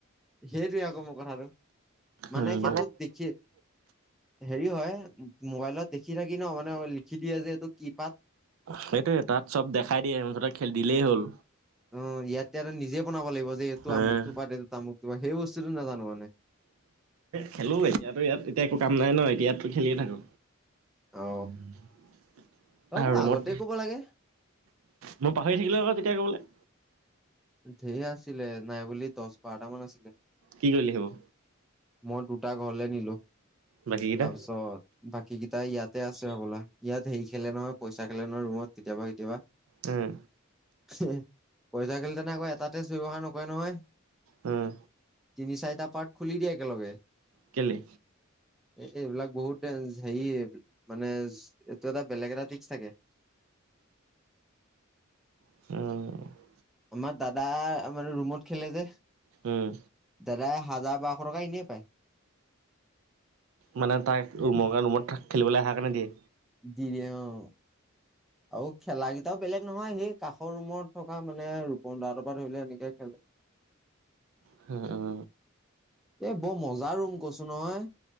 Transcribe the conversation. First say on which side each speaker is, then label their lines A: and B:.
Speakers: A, in the centre; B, on the right.
A: সেইটোৱে আকৌ মোৰ কথাটো মানে
B: উম
A: সেইটোত দেখি। হেৰি হয় মোবাইলত দেখি থাকি নহ মানে লিখি দিয়ে যে এইটো কি পাত।
B: সেইটোৱে তাত চব দেখাই দিয়ে মুঠতে খেল দিলেই হ'ল।
A: অ ইয়াতে যে নিজে বনাব লাগিব যে এইটো
B: হে
A: আমুকটো পাত এইটো তামুকটো পাত সেই বস্তুটো নাজানোঁ মানে।
B: খেলো এতিয়াতো ইয়াত এতিয়া একো কাম নাই নহ এতিয়াতো খেলিয়ে থাকো।
A: অ
B: <unintelligible>
A: অ মোক
B: ৰুমত
A: আগতে ক'ব লাগে
B: মই পাহৰি থাকিলোঁ আকৌ তেতিয়া ক'বলে।
A: ঢেৰ আছিলে নাই বুলি দহ বাৰটা মান আছিলে।
B: কি কৰিলি সেইবোৰ।
A: মই দুটা ঘৰলে নিলো
B: বাকী কেইটা
A: তাৰপিছত। বাকী কেইটা ইয়াতে আছে হ'বলা ইয়াত হেৰি খেলে নহয় পইচা খেলে নহয় ৰুমত কেতিয়াবা, কেতিয়াবা।
B: উম।
A: <unintelligible> পইচা খেলিলে <unintelligible> আকৌ এটা <unintelligible> ব্যৱহাৰ নকৰে নহয়।
B: উম।
A: তিনি চাৰিটা পাৰ্ট খুলি দিয়ে একেলগে।
B: কেলে।
A: এ এইবিলাক বহুত <unintelligible> হেৰি মানে এইটো এটা বেলেগ এটা তিকচ থাকে।
B: <inaudible>
A: আমাৰ দাদা আমাৰ ৰুমত খেলে যে।
B: উম।
A: দাদাই হাজাৰ বাৰশ টকা এনে পায়।
B: মানে তাইক <unintelligible> ৰুমত খেলিবলে আহা কাৰণে দিয়ে!
A: দিয়ে অ'। আৰু খেলাকিটাও বেলেগ নহয়, সেই কাষৰ ৰুমত থকা মানে ৰূপম দাহতৰ পৰা ধৰিলৈ এনেকে খেলে। <inaudible>
B: <inaudible>
A: এ, বৰ মজাৰ ৰুম কৈছোঁ নহয়।